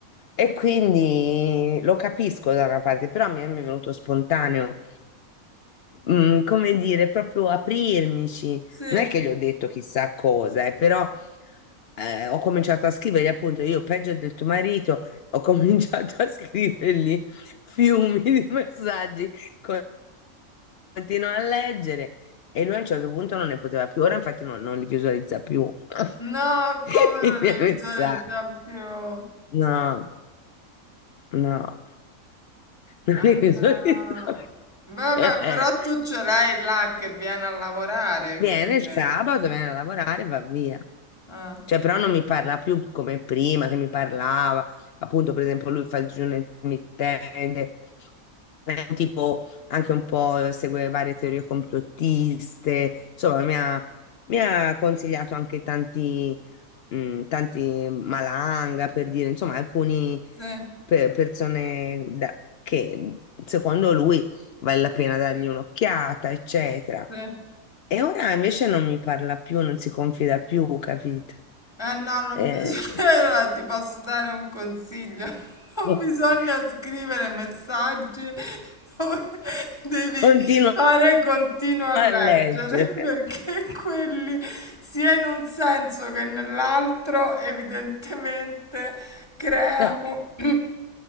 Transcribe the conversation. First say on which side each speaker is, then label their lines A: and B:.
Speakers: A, on the left; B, on the left.
A: E quindi lo capisco da una parte, però mi è mi è venuto spontaneo mm, come dire, proprio aprirmici.
B: sì.
A: Non è che gli ho detto chissà cosa, eh, però eh, ho cominciato a scrivergli, appunto, io peggio del tuo marito, ho <laughs> cominciato a scrivergli fiumi di messaggi, con- continuo a leggere e lui a un certo punto non ne poteva più, ora infatti non, non li visualizza più <laughs>
B: No, come
A: i
B: non
A: miei
B: li visualizza
A: messaggi.
B: più?
A: No, no, non
B: Ah,
A: li
B: no.
A: visualizza
B: Vabbè,
A: più. <laughs>
B: però tu ce l'hai là che viene a lavorare,
A: Viene
B: quindi...
A: il
B: eh?
A: sabato, viene a lavorare e va via.
B: Ah,
A: Cioè, però non mi parla più come prima, che mi parlava. Appunto, per esempio, lui fa il digiuno intermittente, è un tipo anche un po' eh, segue varie teorie complottiste. Insomma, mi ha, mi ha consigliato anche tanti, mm, tanti Malanga, per dire, insomma, alcune
B: sì,
A: persone da- che secondo lui vale la pena dargli un'occhiata, eccetera.
B: sì,
A: E ora invece non mi parla più, non si confida più, capito?
B: Eh no, non
A: Eh,
B: bisogna, <laughs> ti posso dare un consiglio. <laughs> Non
A: <laughs>
B: bisogna scrivere messaggi dove <laughs> devi
A: continuo
B: fare continuo a
A: a
B: leggere,
A: leggere.
B: <laughs> perché quelli, sia in un senso che nell'altro, evidentemente creano
A: No,
B: <clears throat>